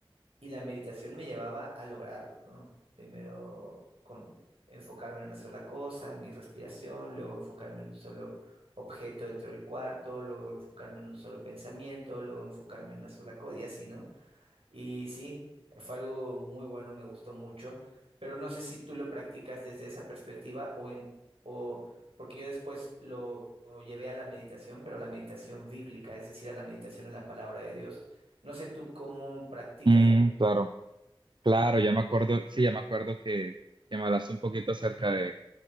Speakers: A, on the right; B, on the right.
A: y la meditación me llevaba a lograrlo, ¿no? Primero con enfocarme en una sola cosa, en mi respiración, luego enfocarme en un solo objeto dentro del cuarto, luego enfocarme en un solo pensamiento, luego enfocarme en una sola cosa y así, ¿no? Y sí, fue algo muy bueno, me gustó mucho, pero no sé si tú lo practicas desde esa perspectiva o en, o porque yo después lo, lo llevé a la meditación, pero a la meditación bíblica, es decir, a la meditación en la palabra de Dios. No sé tú cómo practicas
B: Mm,
A: la
B: claro. Claro, ya me acuerdo, sí, ya me acuerdo que, que me hablaste un poquito acerca de,